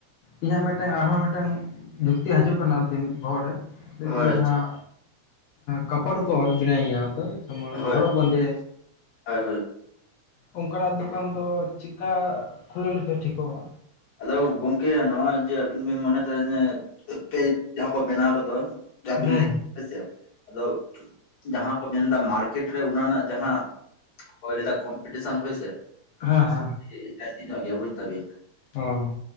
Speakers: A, on the left; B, on the left.
A: ᱤᱧᱟᱹᱜ ᱢᱤᱫᱴᱟᱝ ᱟᱨᱦᱚᱸ ᱢᱤᱫᱴᱟᱝ ᱡᱩᱠᱛᱤ ᱦᱤᱡᱩᱜ ᱠᱟᱱᱟ ᱫᱤᱱ ᱵᱚᱦᱚᱜ ᱨᱮ᱾ ᱞᱟᱹᱭ
B: ᱦᱳᱭ
A: ᱫᱟᱹᱧ ᱡᱟᱦᱟᱸ ᱠᱟᱯᱚᱲ ᱠᱚ ᱵᱮᱱᱟᱹ ᱜᱮᱭᱟ ᱟᱫᱚ ᱡᱮᱢᱚᱱ
B: ᱦᱳᱭ
A: ᱦᱚᱨᱚᱜ ᱵᱟᱸᱫᱮ
B: <unintelligible>
A: ᱚᱱᱠᱟᱱᱟᱜ ᱫᱚᱠᱟᱱ ᱫᱚ ᱪᱤᱠᱟ ᱠᱷᱩᱞᱟᱹᱣ ᱞᱮᱠᱷᱟᱡ ᱴᱷᱤᱠᱚᱜᱼᱟ?
B: ᱟᱫᱚ ᱜᱚᱢᱠᱮ ᱱᱚᱜᱼᱚᱭ ᱡᱮ ᱟᱵᱤᱱ ᱵᱤᱱ ᱢᱚᱱᱮᱭ ᱫᱟ ᱛᱟᱦᱮ ᱡᱮ ᱯᱮ <unintelligible> ᱠᱚ ᱵᱮᱱᱟᱣ ᱜᱚᱫᱚᱜ-ᱟ᱾
A: ᱦᱩᱸ
B: <unintelligible> ᱦᱮᱸᱥᱮ ᱟᱫᱚ ᱡᱟᱦᱟᱸ ᱠᱚ ᱢᱮᱱᱫᱟ ᱢᱟᱨᱠᱮᱴ ᱨᱮ ᱚᱱᱟ ᱨᱮᱱᱟᱜ ᱡᱟᱦᱟᱸ <unintelligible> ᱠᱚᱢᱯᱤᱴᱤᱥᱚᱱ ᱦᱳᱭ ᱟᱥᱮ᱾
A: ᱦᱟ ᱦᱟ᱾
B: <unintelligible> <unintelligible>
A: ᱚ᱾